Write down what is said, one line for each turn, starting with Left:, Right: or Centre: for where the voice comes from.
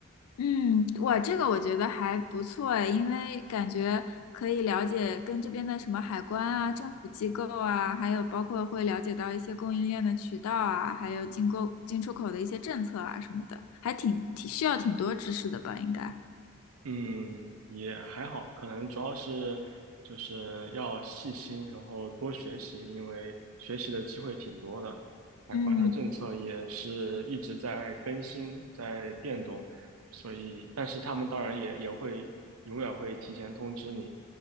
Left: 嗯，哇，这个我觉得还不错诶，因为感觉可以了解跟这边的什么海关啊、政府机构啊，还有包括会了解到一些供应链的渠道啊，还有进购、进出口的一些政策啊什么的，还挺挺需要挺多知识的吧，应该。
Right: 嗯，也还好，可能主要是就是要细心，然后多学习，因为学习的机会挺多的。海关的政策也是一直在更新，
Left: 嗯
Right: 在变动，所以，但是他们当然也也会永远会提前通知你，